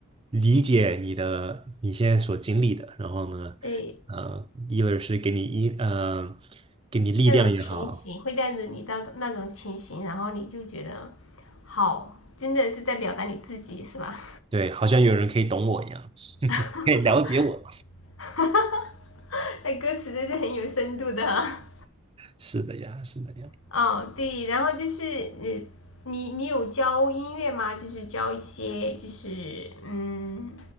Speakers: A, on the right; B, on the left.
A: 理解你的你现在所经历的，然后呢，
B: <laughs> 对，
A: 呃，一个是给你一呃给你力量也好，
B: 那种情形会带着你到那种情形，然后你就觉得好，真的是在表达你自己，是吧？
A: 对，好像有人可以懂我一样，<laughs>
B: <laughs>
A: 可以了解我，
B: <laughs> 哈哈哈，那歌词都是很有深度的啊、
A: 是的呀，是的呀。
B: <laughs> 哦，对，然后就是你你你有教音乐吗？就是教一些就是嗯，